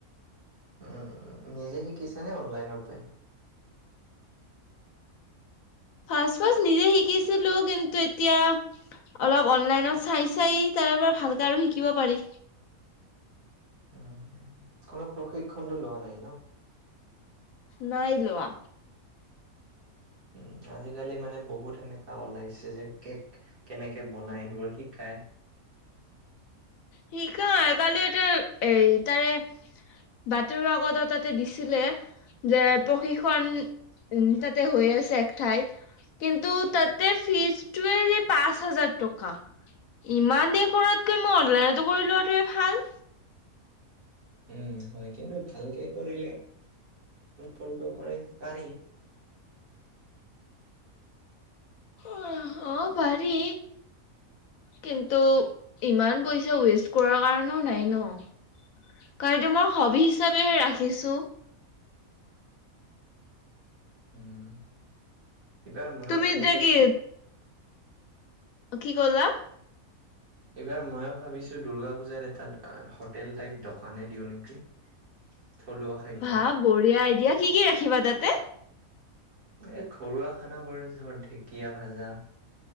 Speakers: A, on the right; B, on the left.
A: উম উ নিজে শিকিছ নে অনলাইনপ।
B: ফাৰ্ষ্ট ফাৰ্ষ্ট নিজে শিকিছিলো কিন্তু এতিয়া অলপ অনলাইনত চাই চাই তাৰে পৰা ভালকে আৰু শিকিব পাৰি।।
A: উ কোনো প্ৰশিক্ষণটো লোৱা নাই ন।।
B: নাই লোৱা।
A: উম আজিকালি মানে বহুত হেনকা ওলাগিছে যে কেক কেনেকে বনাই সেইবোৰৰ শিকায়।
B: শিকায় কালি এ এ তাৰে বাতৰি আগত তাতে দিছিলে যে প্ৰশিক্ষন উম তাতে হৈ আছে এক ঠাইত কিন্তু তাতে ফিজটে যে পাঁচ হাজাৰ টকা ইমান দেৰি কৰাতকৈ মই অনলাইনত।। লোৱাটোৱে ভাল।।
A: উম হয় কিন্তু ভালকে কৰিলে কৰিব পাৰি পাৰি।।
B: অঁ পাৰি কিন্তু ইমান পইচা ৱেষ্ট কৰাৰ কাৰণেও নাই ন কাৰণ এইটো মই হবি হিচাপে ৰাখিছো
A: উম এইবাৰ মই
B: তুমি
A: ভাবিছো।।
B: এতিয়া কি অ কি কলা?
A: এইবাৰ ময়ো ভাবিছোঁ দুৰ্গা পূজাত এটা হোটেল টাইপ দোকানেই দিওঁ নেকি। থলুৱা খাদ্যৰ
B: ভা বঢ়িয়া আই দিয়া কি কি ৰাখিবা তাতে
A: এই ঘৰুৱা খানাবোৰ ধৰ ঢেকীয়া ভাজা